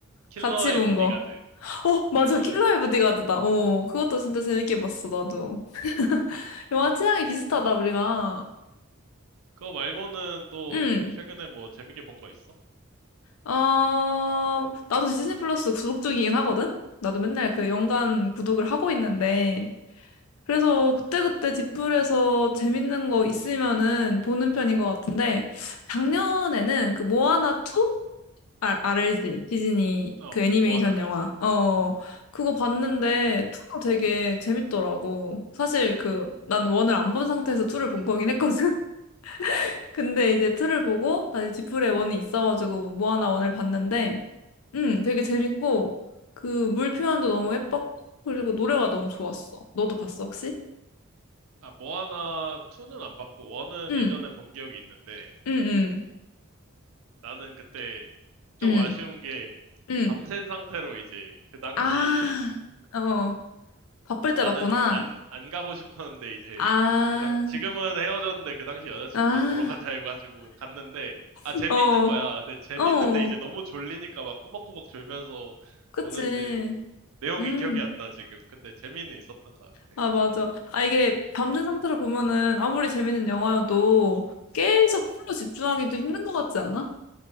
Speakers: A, on the right; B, on the left.
A: 킬러의
B: 같이 본
A: 보디가드.
B: 거. 어, 맞아.
A: 킬러의
B: 킬러의
A: 보디가드.
B: 보디가드다. 어, 그것도 진짜 재밌게 봤어, 나도. 영화 취향이 비슷하다, 우리가.
A: 그거 말고는 또
B: 응.
A: 최근에 뭐 재밌게 본 거 있어?
B: 어, 나도 디즈니 플러스 구독 중이긴 하거든? 나도 맨날 그 연간 구독을 하고 있는데. 그래서 그때그때 뒷불에서 재밌는 거 있으면은 보는 편인 것 같은데, 작년에는 그 모아나 2? 아, RLG. 디즈니
A: 어,
B: 그 애니메이션
A: 뭐 하나
B: 영화.
A: 알지?
B: 어, 그거 봤는데 2도 되게 재밌더라고. 사실 그, 난 1을 안 본 상태에서 2를 본 거긴 했거든? <laughs> 근데 이제 2를 보고, 다시 뒷불에 1이 있어가지고 모아나 1을 봤는데, 응, 되게 재밌고, 그, 물 표현도 너무 예뻤고, 그리고 노래가 너무 좋았어. 너도 봤어, 혹시?
A: 아, 모아나 2는 안 봤고, 1은
B: 응,
A: 예전에 본 기억이 있는데,
B: 응, 응,
A: 나는 그때 좀
B: 응,
A: 아쉬운 게,
B: 응.
A: 밤샌 상태로 이제, 그 당시,
B: 아, 어, 바쁠 때
A: 나는
B: 봤구나.
A: 안, 안 가고 싶었는데, 이제,
B: 아,
A: 그 당, 지금은 헤어졌는데, 그 당시 여자친구가
B: 아,
A: 보러 가자 해가지고 갔는데,
B: <laughs>
A: 아, 재밌는
B: 어,
A: 거야. 근데 재밌는데,
B: 어,
A: 이제 너무 졸리니까 막 꾸벅꾸벅 졸면서
B: 그치.
A: 보는데, 내용이
B: 음,
A: 기억이 안 나, 지금. 근데 재미는 있었던 것 같아.
B: 아, 맞아. 아, 이게 밤된 상태로 보면은 아무리 재밌는 영화여도 계속 풀로 집중하기도 힘든 것 같지 않아?